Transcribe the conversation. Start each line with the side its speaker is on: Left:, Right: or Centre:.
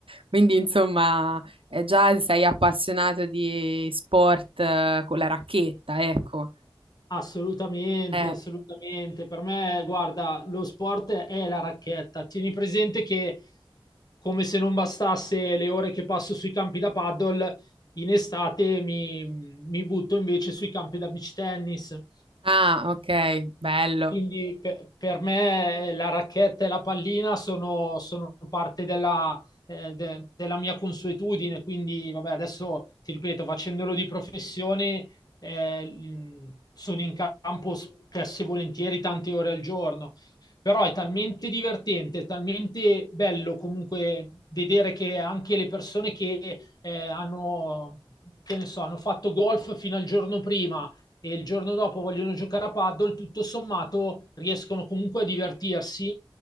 Right: quindi insomma eh, già sei appassionato di sport eh, con la racchetta, ecco.
Left: Assolutamente,
Right: Eh,
Left: assolutamente. Per me, guarda, lo sport è la racchetta. Tieni presente che, come se non bastasse le ore che passo sui campi da paddle, in estate mi, mi butto invece sui campi da beach tennis.
Right: Ah, ok, bello.
Left: Quindi pe- per me eh, la racchetta e la pallina sono, sono parte della, eh, de- della mia consuetudine, quindi vabbè, adesso ti ripeto, facendolo di professione, eh, mh, sono in campo spesso e volentieri tante ore al giorno, però è talmente divertente, è talmente bello comunque vedere che anche le persone che eh, hanno, che ne so, hanno fatto golf fino al giorno prima e il giorno dopo vogliono giocare a paddle, tutto sommato riescono comunque a divertirsi